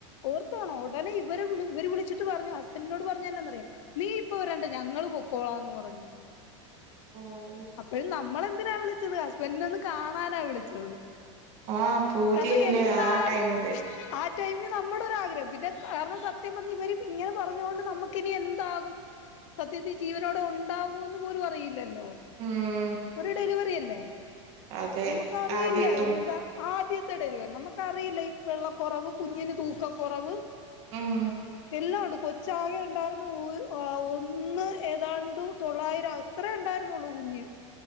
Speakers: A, on the left (about 70°); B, on the right (about 40°).
A: ഓർത്തോണോ ഒടനെ ഇവര് വിളി ഇവര് വിളിച്ചിട്ട് പറഞ്ഞു ഹസ്ബൻ്റിനോട് പറഞ്ഞേ എന്നനാറിയോ നീ ഇപ്പോ വരണ്ട ഞങ്ങള് പൊക്കോളാന്ന് പറഞ്ഞ്
B: ഓഹ്
A: അപ്പഴും നമ്മളെന്തിനാ വിളിച്ചത് ഹസ്ബൻ്റിനെ ഒന്ന് കാണാനാ വിളിച്ചത്
B: ആഹ് പൂതിയല്ലേ
A: കാരണം എന്താകും
B: ആ ടൈമില്
A: ആ ടൈമി നമ്മടെ ഒരാഗ്രഹം പിന്നെ കാരണം സത്യം പറഞ്ഞ് ഇവര് ഇങ്ങനെ പറഞ്ഞോണ്ട് നമുക്കിനി എന്താകും സത്യത്തി ജീവനോടെ ഒണ്ടാകൂന്ന് പോലും അറിയി ല്ലല്ലോ
B: ഉം
A: ഒരു ഡെലിവറി അല്ലേ
B: അതെ
A: നമക്ക് അറിയില്ല
B: ആദ്യത്തും
A: എ ന്താ ആദ്യത്തെ ഡെലിവറി നമുക്കറിയില്ല ഈ വെള്ളക്കൊറവ് കുഞ്ഞിന് തൂക്കക്കൊറവ്
B: ഉം
A: എല്ലാം ഒണ്ട് കൊ ചാകെ ഒണ്ടാര്ന്നു ഓ ആഹ് ഒന്ന് ഏതാണ്ട് തൊള്ളായിരം അത്രേ ഒണ്ടാരുന്നുള്ളൂ കുഞ്ഞ്